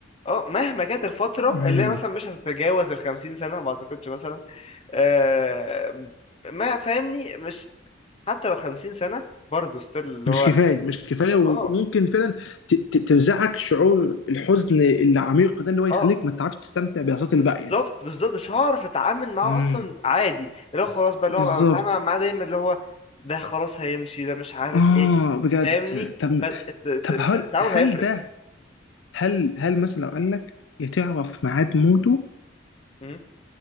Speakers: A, on the left; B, on the left.
A: اه مهما كانت الفترة
B: مم.
A: اللي هي مثلا مش هتتجاوز الخمسين سنة ما اعتقدش مثلا آه ما فاهمني مش حتى لو خمسين سنة برضه ستيل اللي
B: مش
A: هو
B: كفايه مش كفايه وممكن
A: اه
B: فعلا ت- ت- ترزعك شعور الحزن العميق ده اللي هو يخليك
A: اه
B: ما تعرفش تستمتع بلحظات الباقيه
A: بالظبط بالظبط مش هعرف اتعامل معاه
B: امم
A: اصلا عادي اللي هو خلاص بقى اللي
B: بالظبط
A: هو بقى بتعامل معاه دايما اللي هو ده خلاص هيمشي ده مش عارف
B: اه
A: ايه
B: بجد
A: فاهمني
B: طب
A: فالتعامل
B: طب هل هل
A: هيفرق
B: ده هل هل مثلا لو قال لك يا تعرف ميعاد موته
A: مم.